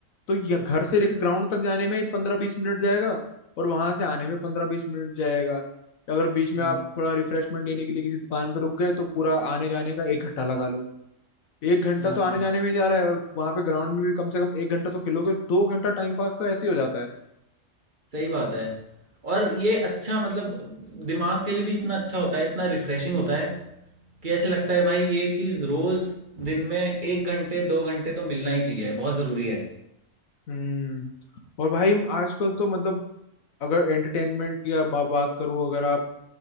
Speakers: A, on the left; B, on the right.
A: तो यह घर से लेके ग्राउंड तक जाने में ही पंद्रह बीस मिनट जाएगा और वहां से आने में पंद्रह बीस मिनट जाएगा अगर बीच में
B: हम्म
A: आप थोड़ा रिफ्रेशमेंट लेने के लिए किसी दुकान पर रुक गए तो पूरा आने जाने का एक घंटा लगा लो एक घंटा
B: हाँ
A: तो आने जाने में ही जा रहा है और वहां पे ग्राउंड में भी कम से कम एक घंटा तो खेलोगे दो घंटा टाइम पास तो ऐसे ही हो जाता है
B: सही बात है और ये अच्छा मतलब दिमाग के लिए भी इतना अच्छा होता है इतना रिफ्रेशिंग होता है कि ऐसे लगता है भाई ये चीज़ रोज़ दिन में एक घंटे दो घंटे तो मिलना ही चाहिए बहुत ज़रूरी है
A: हम्म और भाई आजकल तो मतलब अगर एंटरटेनमेंट की आप बा, बात करूँ अगर आप